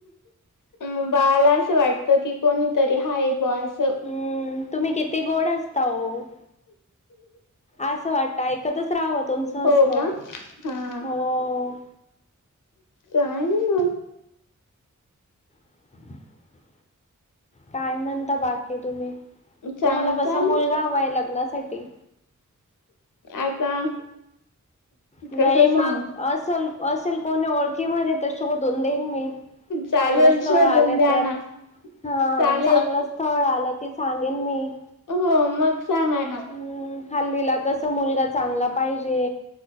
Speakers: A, on the left; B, on the left.
A: म बाळाला असं वाटत की कोणीतरी हाय बुवा असं.
B: हम्म. तुम्ही किती गोड हसता हो! असं वाटत ऐकतच राहावं तुमचं
A: हो
B: हसणं.
A: का हा
B: हो.
A: काय? नाही मग
B: ह काय म्हणता बाकी तुम्ही?
A: चांगलं
B: तुम्हाला कसा
A: चालेल
B: मुलगा हवाय लग्नासाठी?
A: आता-
B: नाही
A: कसं सांगू
B: मग, असल असेल कोणी ओळखी मधे तर शोधून देईन मी.
A: चालेल
B: चांगलं स्थळ
A: शोधून
B: आल
A: द्या
B: तर,
A: ना
B: हा.
A: चालेल
B: चांगलं- स्थळ आलं की सांगेन मी.
A: हो. मग सांगा ना.
B: हम्म. हल्लीला कसं मुलगा चांगला पाहिजे.